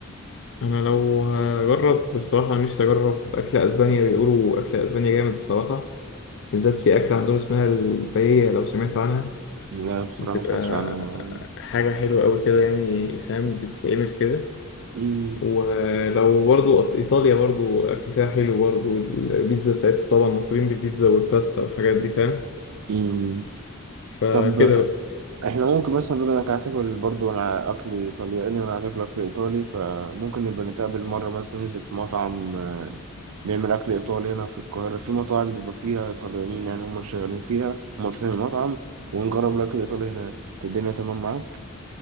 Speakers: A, on the left (about 60°); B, on the right (about 75°).
A: انا لو هجرب بصراحه نفسي اجرب اكل اسبانيا بيقولوا اكل اسبانيا جامد الصراحه بالذات في اكله عندهم اسمها الباييه لو سمعت عنها
B: لا بصراحة
A: بتبقى
B: ما سمعتش عنها
A: حاجه حلوه قوي كده يعني فاهم بتتعمل كده
B: مم.
A: ولو برضو إيط- ايطاليا برضو اكل فيها حلو برضو البيتزا بتاعتها طبعا مشهورين بالبيتزا والباستا والحاجات دي فاهم
B: مم.
A: فكده
B: طب
A: بقى
B: احنا ممكن مثلا بما انك عايز تاكل برضه انا اكل ايطالياني وانا عايز اكل اكل ايطالي فممكن نبقى نتقابل مرة مثلا ننزل في مطعم آه، بيعمل اكل ايطالي هنا في القاهرة في مطاعم بيبقى فيها ايطاليانيين يعني هم اللي شغالين فيها هم فاتحين المطعم ونجرب الاكل الايطالي هناك الدنيا تمام معاك؟